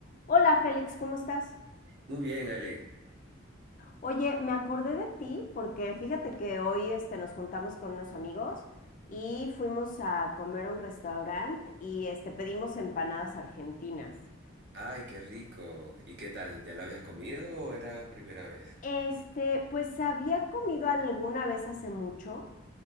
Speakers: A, on the left; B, on the right.
A: Hola Félix, ¿cómo estás?
B: Muy bien, Ale.
A: Oye, me acordé de ti porque fíjate que hoy este, nos juntamos con unos amigos y fuimos a comer a un restaurante y este, pedimos empanadas argentinas.
B: Ay, qué rico. ¿Y qué tal? ¿Ya lo habías comido o era primera vez?
A: Este, pues había comido alguna vez hace mucho,